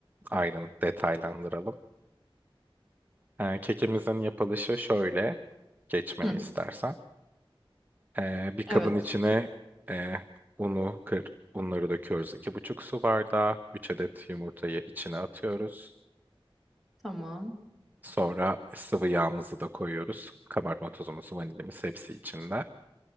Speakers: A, on the right (about 20°); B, in the centre.
A: ayrın detaylandıralım. Ee, kekimizin yapılışı şöyle. Geçmemi
B: Hı,
A: istersen. Ee, bir kabın
B: evet
A: içine e, unu kır, unları döküyoruz. iki buçuk su bardağı. üç adet yumurtayı içine atıyoruz.
B: tamam.
A: Sonra sıvı yağımızı da koyuyoruz. Kabartma tozumuz, vanilimiz hepsi içinde.